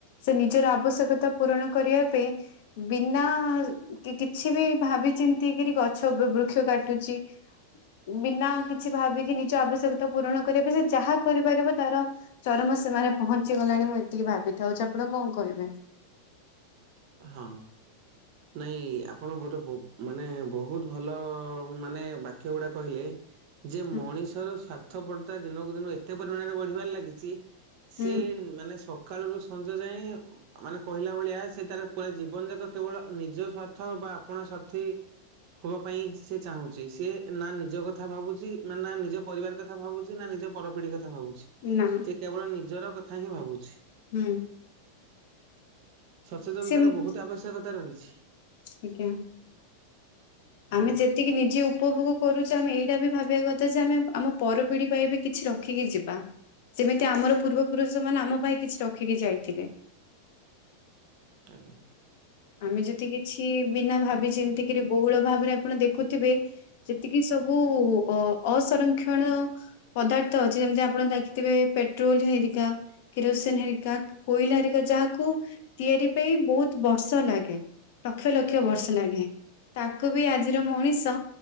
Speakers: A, on the left (about 50°); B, on the right (about 45°).
A: ସେ ନିଜର ଆବଶ୍ୟକତା ପୂରଣ କରିବା ପାଇଁ ବିନା କିଛିବି ଭାବି ଚିନ୍ତିକିରି ଗଛ ବୃ-ବୃ କ୍ଷ କାଟୁଚି। ବିନା କିଛି ଭାବିକି ନିଜ ଆବଶ୍ୟକତା ପୂରଣ କରିବା ପାଇଁ ସେ ଯାହା କରିପାରିବ ତାର ଚରମ ସୀମାରେ ପହଞ୍ଚି ଗଲାଣି। ମୁଁ ଏତିକି ଭାବିଥାଉଚି। ଆପଣ କଣ କହିବେ?
B: ହଁ ନାଇଁ ଆପଣ ଗୋଟେ ବୋ ମାନେ ବୋହୁତ ଭଲ ମାନେ ବାକ୍ୟ ଗୁଡା କହିଲେ। ଯେ
A: ହୁଁ
B: ମଣିଷର ସ୍ୱା ର୍ଥ ପରତା ଦିନକୁ ଦିନ ଏତେ ପରିମାଣରେ ବଢିବାରେ ଲାଗିଚି। ସେ
A: ହୁଁ
B: ମାନେ ସଖାଳରୁ ସଞ୍ଜ ଯାଇଁ ମାନେ କହିଲା ଭଳିଆ ତାର ପୁରା ଜୀବନ ଯାକ କେବଳ ଆ ନିଜ ସ୍ୱାର୍ଥ ବା ଆପଣା ସ୍ୱାର୍ଥୀ ହବା ପାଇଁ ସେ ଚାହୁଁଚି। ସେ ନାଁ ନିଜ କଥା ଭାବୁଚି, ନାଁ ନାଁ ନିଜ ପରିବାର କଥା ଭାବୁଚି, ନାଁ ନିଜ ପରପିଢି କଥା ଭାବୁଚି। ସେ
A: ନା
B: କେବଳ ନିଜର କଥା ହିଁ ଭାବୁଛି।
A: ହୁଁ।
B: ସଚେତନତାର
A: ସେ
B: ବୋହୁତ ଆବଶ୍ୟକତା ରହିଛି।
A: ଆଜ୍ଞା।
B: ହଁ
A: ଆମେ ଯେ ତିକି ନିଜେ ଉପଭୋଗ କରୁଚେ। ଆମେ ଏଇଟା ବି ଭାବିବା କଥା ଯେ, ଆମେ ଆମ ପରପିଢି ପାଇଁ ବି କିଛି ରଖିକି ଯିବା। ଯେମିତି ଆମର ପୂର୍ବପୁରୁଷ ମାନେ ଆମ ପାଇଁ କିଛି ରଖିକି ଯାଇଥିଲେ।
B: ଆଜ୍ଞା।
A: ଆମେ ଯଦି କିଛି ବିନା ଭାବି ଚିନ୍ତିକିରି ବୋହୁଳ ଭାବରେ ଆପଣ ଦେଖୁଥିବେ ସେତିକି ସବୁ ଅ-ଅସରକ୍ଷଣ ପଦାର୍ଥ ଅ ଛି। ଯେମିତି ଆପଣ ଦେଖିଥିବେ ପେଟ୍ରୋଲ ହେରିକା। କିରୋସିନ ହେରିକା, କୋଇଲା ହେରିକା ଯାହାକୁୁ ତିଆରି ପାଇଁ ବହୁତ ବ ର୍ଷ ଲାଗେ ଲକ୍ଷ, ଲକ୍ଷ ବର୍ଷ ଲାଗେ। ତାକୁ ବି ଆଜି ଯୋଉ ମଣିଷ